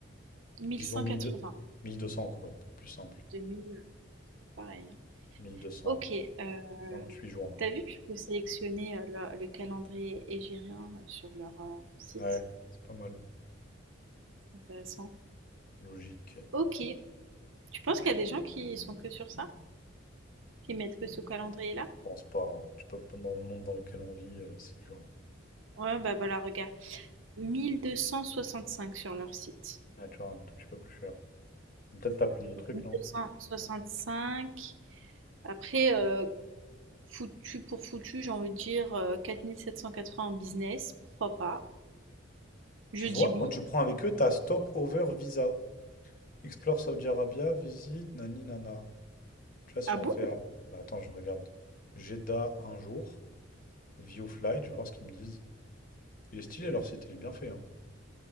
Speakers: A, on the right; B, on the left.
A: 1180.
B: Disons mille mille deux, cents, mille deux cents quoi, plus simple.
A: 2000, c'est pareil. hein.
B: Mille deux cents.
A: Ok. euh,
B: Vingt-huit juin.
A: t'as vu que tu peux sélectionner euh, le, le calendrier égyrien euh, sur leur euh, site?
B: Ouais, c'est pas mal.
A: C'est intéressant.
B: Logique. Je
A: Ok. Tu penses qu'il y a des gens qui sont que sur ça? Qui mettent que ce calendrier-là?
B: pense pas. euh, Tu peux pas dans le monde dans lequel on vit, euh, c'est dur. hein.
A: Ouais, bah voilà, regarde. 1265 sur leur site.
B: Ouais, tu vois, un tout petit peu plus cher. Mais Peut-être t'as plus de trucs,
A: Donc 1265.
B: non?
A: Après, euh, Foutu pour foutu, j'ai envie de dire euh, 4780 en business, pourquoi pas? Je
B: Tu vois,
A: dis oui.
B: quand tu prends avec eux, t'as Stop Over Visa. Explore Saudi Arabia, visite, nani nana. Tu vois, si
A: Ah
B: on
A: bon?
B: fait. euh, Bah attends, je regarde. Jeddah un jour, View Flight, je vais voir ce qu'ils me disent. Il est stylé leur site, il est bien fait, hein.